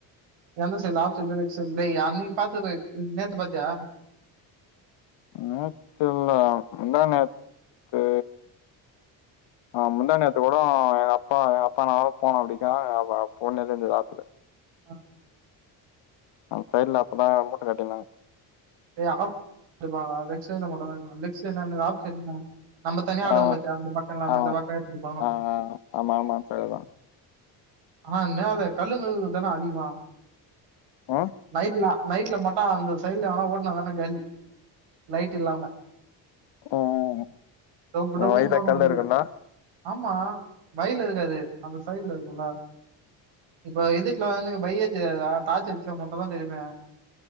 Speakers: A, on the right (about 70°); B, on the left (about 70°).
A: எந்த சைடு ஆப் சைடா லெக் சைல் டேய் அன்னைக் பாத்தது நேத்து பாத்தியா
B: நேத்தில்ல முந்தாநேத்து அ முந்தாநேத்து கூடோ எ அப்பா எ அப்பா நாங்கலா போனோ அப்டிகா அப்ப அப் பொண்ணேதுந்து ஆத்துல
A: அ
B: அந் சைட்ல அப்பதா மூட்ட கட்டிந்தாங்க
A: <unintelligible> லெக் சைல மட்டுந்தா இது பண்ண லெக்ஸ் சைட் என்னது ஆப் சைட்னா நம்ம தனியா ஆடுவோ
B: ஆமா
A: பாத்தியா அந்த பக்க இல்லாம நாம
B: ஆமா
A: இந்த பக்க எட்த்துட்டு போவாங்கோ
B: ஆ ஆ ஆமா ஆமா செரிதா
A: ஆனா என்ன அத கல்லுங்க தானா அதிகமா
B: ம்
A: நைட்லா நைட்ல மட்டு அந்த சைல்ல எவனா ஓட்னு வந்தானா காலி லைட் இல்லாம
B: ம்
A: டொப்பு டொப்புனு
B: எ வயித்துல
A: வுடுவானுவ
B: கல்
A: வண்டிய
B: இருக்குல்ல
A: ஆமா வயில இருக்காது அந்த சைல்ல இருக்குல இப்ப இதுட்ல வந்னுகு பைகே தெரியாதுதா டார்ச் வச்சா மட்டுந்தா தெரியுமே